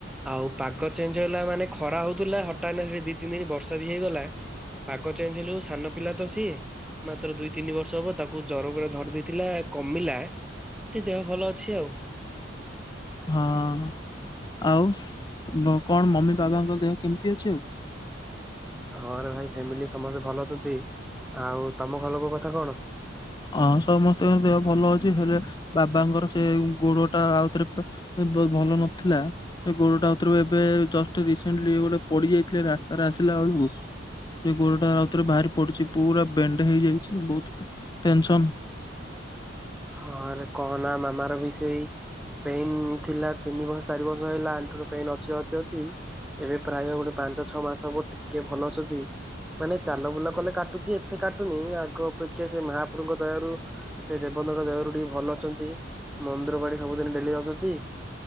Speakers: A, in the centre; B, on the left.
A: ଆଉ ପାଗ ଚେଞ୍ଜ ହେଲା ମାନେ ଖରା ହଉଥିଲା ହଠାତ ସେ ଦି ତିନି ବର୍ଷା ବି ହେଇଗଲା ପାଗ ଚେଞ୍ଜ ହେଲ ସାନ ପିଲା ତ ସିଏ ମାତ୍ର ଦୁଇ ତିନି ବର୍ଷ ହବ ତାକୁ ଜର ପୂରା ଧରି ଦେଇେଇଥିଲା କମିଲା। ଟିକେ ଦେହ ଭଲ ଅଛି ଆଉ।
B: ହଁ। ଆଉ କଣ ମମି ବାବାଙ୍କ ଦେହ କେମିତି ଅଛି ଆଉ?
A: ହଁରେ ଭାଇ ଫ୍ୟାମିଲି ସମସ୍ତେ ଭଲ ଅଛନ୍ତି। ଆଉ ତମ ଘରଲୋକଙ୍କ କଥା କଣ?
B: ହଁ ସମସ୍ତଙ୍କ ଦେହ ଭଲ ଅଛି ହେଲେ ବାବାଙ୍କର ସେ ଗୋଡ ଟା ଆଉଥରେ ଭଲ ନଥିଲା। ଏ ଗୋଡଟା ଭରେ ଏବେ ଜଷ୍ଟ ରିସେଣ୍ଟଲି ଗୋଟେ ପଡି ଯାଇଥିଲେ ରାସ୍ତାରେ ଆସିଲା ବେଳକୁ ସେ ଗୋଡଟା ଆଉଥରେ ବାହାରି ପଡିଛି, ପୁରା ବେଣ୍ଡ ହେଇଯାଇଛି ବହୁତ ଟେନସନ୍
A: ହଁରେ କହନା ମାମାର ବି ସେଇ ପେନ ଥିଲା ତିନି ବର୍ଷ ଚାରି ବର୍ଷ ହେଲା ଆଣ୍ଠୁ ର ପେନ ଅଛି ଅଛି ଅଛି। ଏବେ ପ୍ରାୟ ଗୋଟେ ପାଞ୍ଚ ଛଅ ମାସ ହବ ଟିକେ ଭଲ ଅଛନ୍ତି। ମାନେ ଚାଲ ବୁଲ କଲେ କାଟୁଚି ଏତେ କାଟୁନି ଆଗ ଅପେକ୍ଷା ସେ ମହାପ୍ରଭୁଙ୍କ ଦୟାରୁ ସେ ଦେବେ ବନଙ୍କ ଦୟାରୁ ଟିକେ ଭଲ ଅଛନ୍ତି ମନ୍ଦିର ବାଡି ସବୁଦିନ ଡେଲି ଯାଉଚନ୍ତି।